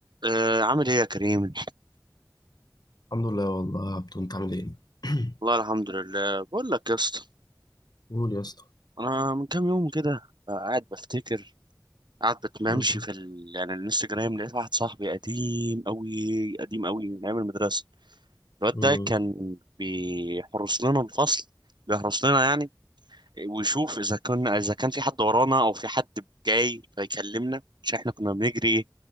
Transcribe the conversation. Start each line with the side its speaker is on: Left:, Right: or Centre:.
Right: آه عامل ايه يا كريم؟
Left: الحمد لله والله يا عبدو انت عامل ايه؟ <clears throat>
Right: والله الحمد لله بقول لك يا اسطى
Left: قول يا اسطى
Right: انا من كام يوم كده آه، قاعد بفتكر قاعد بتمشي
Left: مم.
Right: في ال... يعني الانستجرام لقيت واحد صاحبي قديم قوي قديم قوي من ايام المدرسه الواد
Left: مم.
Right: ده كان بيحرس لنا الفصل بيحرس لنا يعني ويشوف اذا كنا اذا كان في حد ورانا او في حد جاي فيكلمنا عشان احنا كنا بنجري